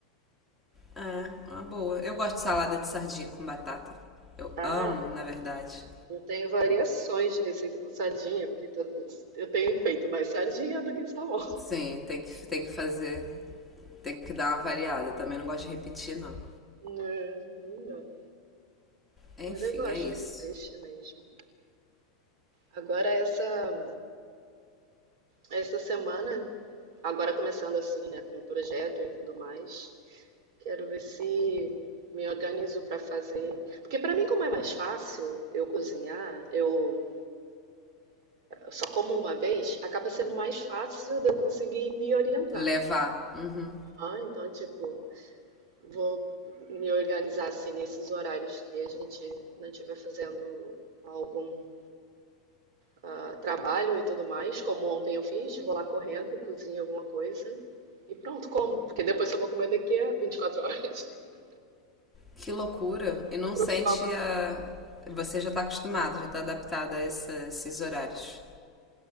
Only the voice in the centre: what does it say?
É, uma boa. Eu gosto de salada de sardinha com batata. Eu
amo, na verdade.
Sim, tem que, tem que fazer. Tem que dar uma variada. Também não gosto de repetir, não.
Enfim,
é isso.
Levar. Uhum.
Que loucura. E não
sente
a. Você já tá acostumado, já tá adaptado a essa- esses horários.